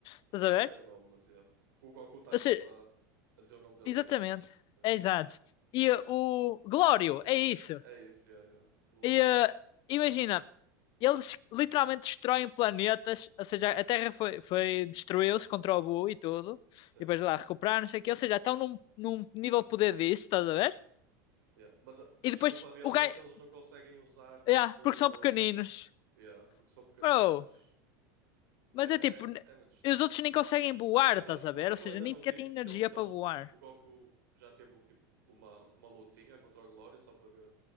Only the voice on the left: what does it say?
Estás a
ver?
Ou
seja,
exatamente,
é exato. E uh, o Glório, é isso.
E uh, imagina, E Eles literalmente destroem planetas, ou seja, a Terra foi, foi destruiu-se contra o Boo e tudo,
e depois lá recuperaram, não sei o quê, ou seja, estão num, num nível de poder disso, estás a ver?
E
depois
o gajo,
yeah,
porque são
pequeninos,
bro,
mas é tipo, n-
os outros nem conseguem voar,
estás
a
ver?
Ou seja,
nem
sequer
têm
energia
para voar.